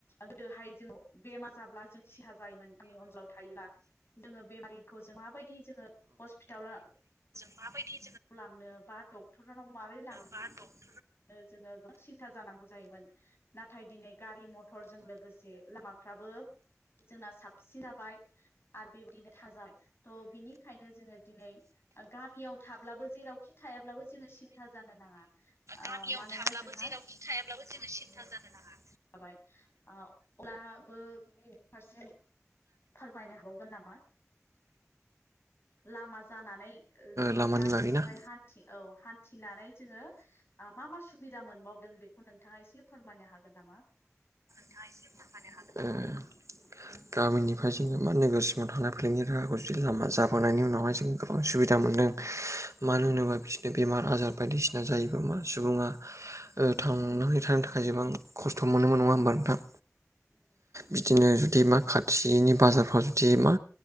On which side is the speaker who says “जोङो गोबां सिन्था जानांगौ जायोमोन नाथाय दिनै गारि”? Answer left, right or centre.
Left